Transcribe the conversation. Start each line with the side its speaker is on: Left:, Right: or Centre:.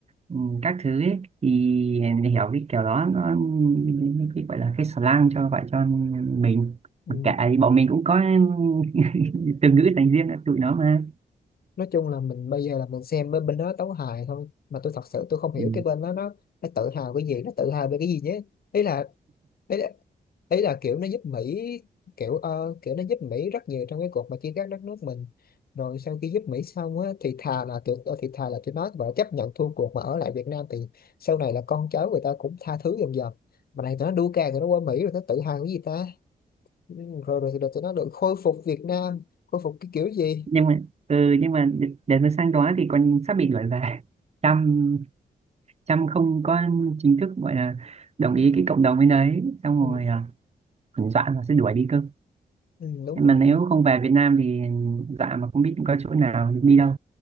Right: ừ, các thứ ấy, thì để hiểu cái kiểu đó nó cái gọi là cái slang cho gọi cho mình
Left: ừ.
Right: Mặc kệ thì bọn mình cũng có <laughs> từ ngữ dành riêng cho tụi nó mà
Left: nói chung là mình bây giờ là mình xem bên bên đó tấu hài thôi mà tôi thật sự tôi không hiểu
Right: ừ.
Left: cái bên đó nó nó tự hào cái gì nó tự hào về cái gì nhé ý là ý là, ý là kiểu nó giúp Mỹ kiểu ờ, kiểu nó giúp Mỹ rất nhiều trong cái cuộc mà chia cắt đất nước mình rồi sau khi giúp Mỹ xong á thì thà là tụi ờ, thì thà là tụi nó và chấp nhận thua cuộc mà ở lại Việt Nam thì sau này là con cháu người ta cũng tha thứ dần dần mà này tụi nó đua càng tụi nó qua Mỹ rồi nó tự hào cái gì ta Ừ, rồi rồi, rồi tụi nó được khôi phục Việt Nam khôi phục cái kiểu gì
Right: nhưng mà ừ, nhưng mà để, để mà sang đó thì còn sắp bị đuổi về Trump Trump không có chính thức gọi là đồng ý cái cộng đồng bên đấy xong
Left: ừ,
Right: rồi à, còn dọa là sẽ đuổi đi cơ
Left: ừ, đúng
Right: mà
Left: rồi
Right: nếu không về Việt Nam thì ừ, dọa mà không biết có chỗ nào đi đâu